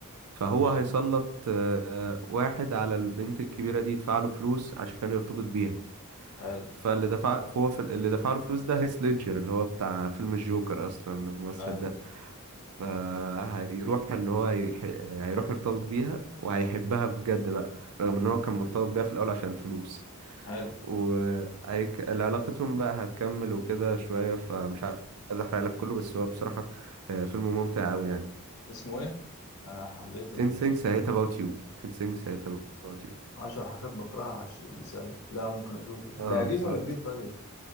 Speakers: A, on the right; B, on the left.
A: فهو
B: حلو
A: هيسلط آه، واحد على البنت الكبيرة دي يدفع له فلوس عشان يرتبط بيها
B: حلو
A: فاللي دفع فهو في اللي دفع له فلوس ده هيث ليدجر اللي هو بتاع فيلم الجوكر اصلا الممثل
B: ايوه
A: ده فهيروح ان هو يح... هيروح يرتبط بيها وهيحبها بجد بقى رغم ان هو كان مرتبط بيها في الاول عشان فلوس
B: حلو
A: وهيك علاقتهم بقى هتكمل وكده شوية فمش عايز احرق لك كله بس هو بصراحة آه، فيلم ممتع قوي يعني
B: اسمه ايه انا حبيت ال...
A: 10 things I hate about you 10 things I hate about you
B: عشر حاجات بكرهها عش... بسبب لا ممكن اشوفه
A: اه
B: ده قديم
A: بالظبط
B: ولا جديد طيب